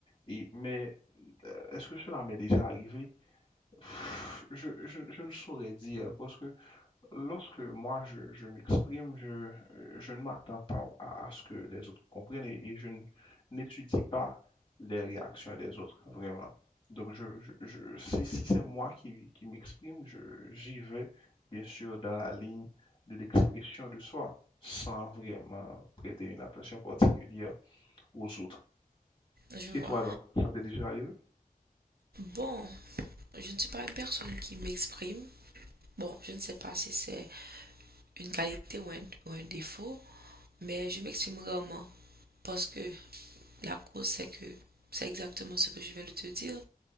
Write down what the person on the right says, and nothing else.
je vois.
Bon, je ne suis pas une personne qui m'exprime. Bon, je ne sais pas si c'est une qualité ou un, ou un défaut, mais je m'exprime rarement parce que La cause, c'est que c'est exactement ce que je viens de te dire.